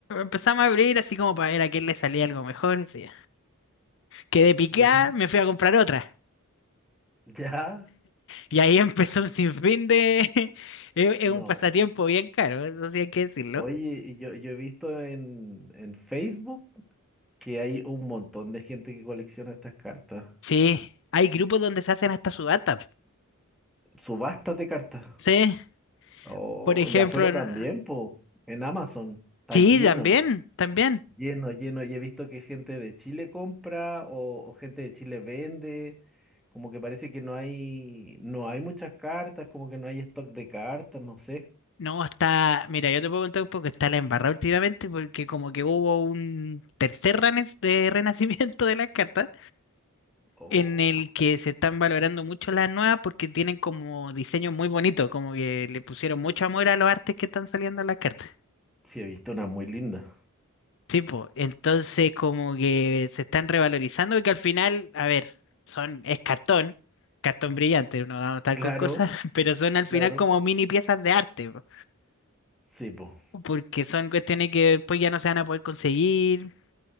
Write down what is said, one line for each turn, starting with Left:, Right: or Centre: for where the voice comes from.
Left: Empezamos a abrir así como para ver a quién le salía algo mejor. y sí. Quedé picada,
Centre: ¿Ya?
Left: me fui a comprar otra.
Centre: ¿Ya?
Left: Y ahí <laughs> empezó un sinfín de... <laughs> Es es
Centre: No.
Left: un pasatiempo bien caro, eso sí hay que decirlo.
Centre: Oye, yo, yo he visto en, en Facebook que hay un montón de gente que colecciona estas cartas.
Left: Sí, hay grupos donde se hacen hasta subasta.
Centre: Subastas de cartas.
Left: Sí,
Centre: O
Left: por ejemplo...
Centre: ya afuera
Left: en-
Centre: también, po. En Amazon. Está
Left: Sí,
Centre: lleno,
Left: también, también.
Centre: lleno, lleno. Y he visto que gente de Chile compra o, o gente de Chile vende. Como que parece que no hay, no hay muchas cartas, como que no hay stock de cartas, no sé.
Left: No, está... Mira, yo te puedo contar un poco que está la embarrada últimamente porque como que hubo un tercer renac- eh, renacimiento de las cartas.
Centre: O
Left: en el que se están valorando mucho las nuevas porque tienen como diseños muy bonitos, como que le pusieron mucho amor a los artes que están saliendo en las cartas.
Centre: sí, he visto una muy linda.
Left: Sí, pues, entonces como que se están revalorizando y que al final, a ver, son, es cartón, cartón brillante, no vamos a estar
Centre: Claro,
Left: con cosas, <laughs> pero son al final
Centre: claro.
Left: como mini piezas de arte, po,
Centre: Sí, po.
Left: porque son cuestiones que después ya no se van a poder conseguir,